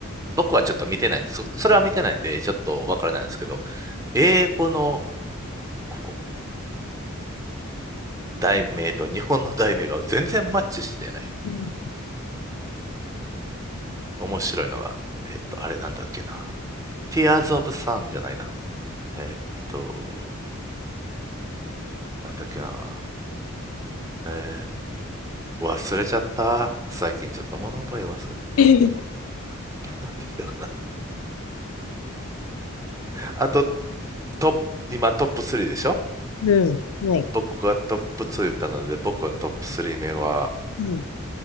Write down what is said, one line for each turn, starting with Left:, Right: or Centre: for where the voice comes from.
Right: 僕はちょっと見てないんです。そ、それは見てないんで、ちょっとわからないんですけど、英語のこう題名と日本の題名が全然マッチしてない。
Left: うん。
Right: 面白いのは、えっと、あれなんだっけな。Tears of Sun じゃないな。えっと、なんだっけな。えー忘れちゃった。最近ちょっと物覚え忘れ、
Left: <laughs>
Right: わ、わ悪くなってきたかな。あと、トップ、今トップ3でしょ
Left: うんはい。
Right: 僕がトップ2言ったので、僕のトップ3目は、
Left: うん。